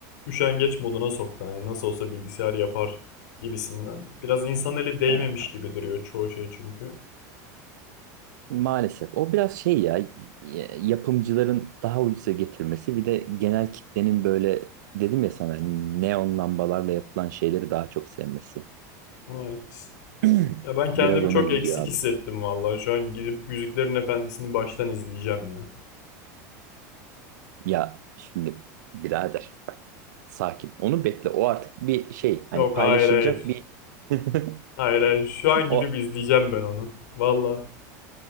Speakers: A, on the left (about 80°); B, on the right (about 80°).
A: üşengeç moduna soktu. Hani nasıl olsa bilgisayar yapar gibisinden. Biraz insan eli değmemiş
B: Ha,
A: gibi duruyor çoğu şey çünkü.
B: maalesef. O biraz şey ya y- yapımcıların daha ucuza getirmesi bir de genel kitlenin böyle dedim ya sana neon lambalarla yapılan şeyleri daha çok sevmesi.
A: Evet.
B: <clears throat>
A: Ya ben kendimi
B: Biraz ona
A: çok
B: gidiyor
A: eksik
B: abi.
A: hissettim vallahi. Şu an gidip Yüzüklerin Efendisi'ni baştan izleyeceğim ya.
B: Ya şimdi birader bak sakin. Onu bekle. O artık bir şey hani
A: Yok
B: paylaşılacak
A: hayır hayır.
B: bir <laughs>
A: Hayır hayır. Şu an
B: o
A: gidip izleyeceğim ben onu. Valla.